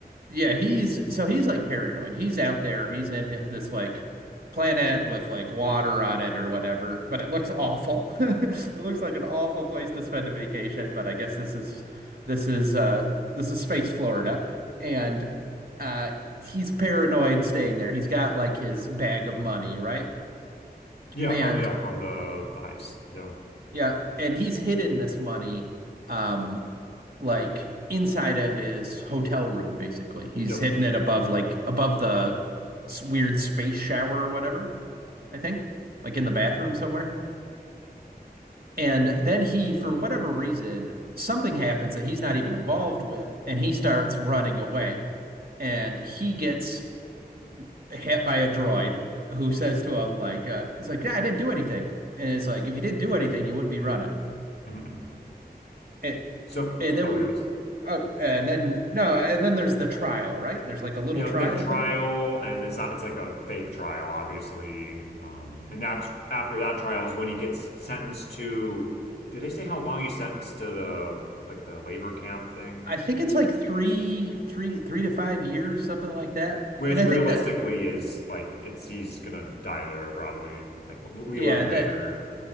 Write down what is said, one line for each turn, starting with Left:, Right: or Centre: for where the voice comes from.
Right: Yeah, he's so he's like paranoid. He's out there. He's in hi- this like planet with like water on it or whatever, but it looks awful. <laughs> It looks like an awful place to spend a vacation, but I guess this is this is uh this is space Florida and uh he's paranoid staying there. He's got like his bag of money, right?
Left: Yeah,
Right: And
Left: from yeah, from the the heist. Yeah.
Right: yeah, and he's hidden this money, um, like inside of his hotel room, basically. He's
Left: Yep.
Right: hidden it above, like above the s- weird space shower or whatever, I think, like
Left: hmm
Right: in the bathroom somewhere. And then he, for whatever reason, something happens that he's not even involved with, and he starts running away. And he gets hit by a droid who says to him, like, uh, he's like, "Yeah, I didn't do anything." And it's like, if you didn't do anything, you wouldn't be running.
Left: <laughs>
Right: It,
Left: So,
Right: and then
Left: oh
Right: we
Left: yes.
Right: Oh, and then no, and then there's the trial, right? There's like a little
Left: Yeah,
Right: trial
Left: the, the trial
Right: thing.
Left: and it's not it's like a fake trial, obviously. Um and that's after that trial is when he gets sentenced to did they say how long he's sentenced to the like the labor camp thing?
Right: I think it's like three, three, three to five years, something like that.
Left: Which
Right: And I think
Left: realistically
Right: that,
Left: is like it's he's gonna die there probably. Like w- we
Right: yeah,
Left: learn
Right: that
Left: later.